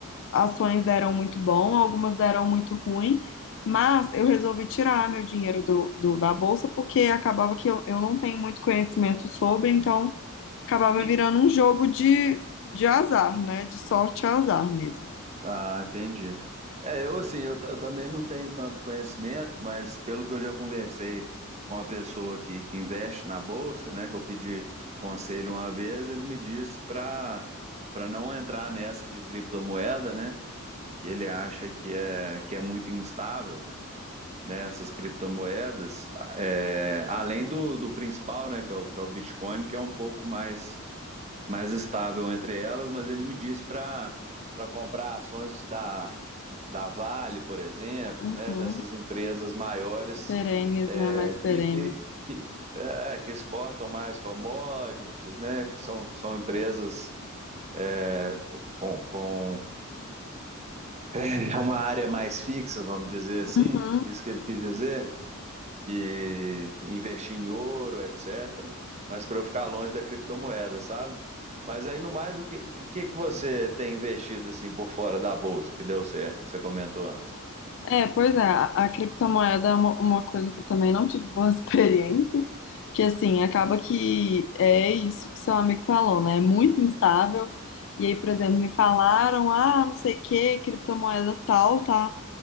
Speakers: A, on the left; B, on the right.
A: ações deram muito bom, algumas deram muito ruim, mas eu resolvi tirar meu dinheiro do, do- da bolsa porque acabava que eu, eu não tenho muito conhecimento sobre, então acabava
B: <laughs>
A: virando um jogo de, de azar, né? De sorte e azar mesmo.
B: Ah, entendi. É, eu assim, eu, ta- eu também não tenho tanto conhecimento, mas pelo que eu já conversei com uma pessoa que, que investe na bolsa, né, que eu pedi conselho uma vez, ele me disse para para não entrar nessa de criptomoeda, né, que ele acha que é que é muito instável, né, essas criptomoedas, é, além do, do principal, né, que é o, que é o Bitcoin, que é um pouco mais mais estável entre elas, mas ele me disse para para comprar ações da da Vale, por exemplo,
A: Uhum.
B: né, dessas empresas maiores
A: Perenes, né? Mais perenes.
B: que, que, que, é, que exportam mais commodities, né, que são, são empresas é, com, com é, uma área mais fixa, vamos dizer assim,
A: Uhum.
B: isso que ele quis dizer, e investir em ouro, etc., mas para eu ficar longe da criptomoeda, sabe? Mas aí, no mais, o que, o que, o que que você tem investido assim por fora da bolsa que deu certo, que você comentou antes?
A: É, pois é, a, a criptomoeda é uma, uma coisa que eu também não tive boas <laughs> experiências, porque assim, acaba que é isso que seu amigo falou, né? É muito instável. E aí, por exemplo, me falaram, ah, não sei o que, criptomoeda tal, tá,